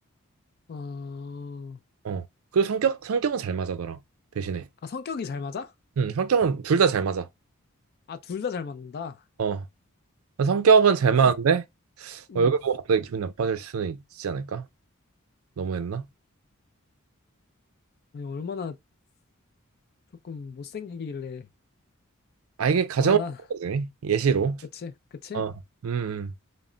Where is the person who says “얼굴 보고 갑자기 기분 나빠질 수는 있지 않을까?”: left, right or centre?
Right